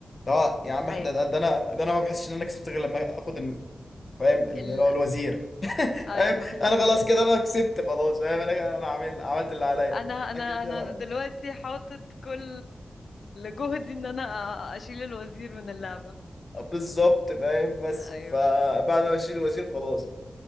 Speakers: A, on the left; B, on the left.
A: لا يا عم احنا
B: ايوه
A: ده, ده انا ده انا ما بحسش ان انا كسبت غير لما اخد ال- فاهم اللي
B: ال...
A: هو الوزير
B: ايوه
A: فاهم
B: صح
A: انا خلاص كده انا كسبت خلاص فاهم انا انا عامل عملت اللي عليا
B: انا
A: لكن
B: انا
A: ده
B: انا دلوقتي حاطط كل جهدي ان انا اشيل الوزير من اللعبة
A: بالظبط فاهم بس
B: ايوه
A: فبعد ما بشيل الوزير خلاص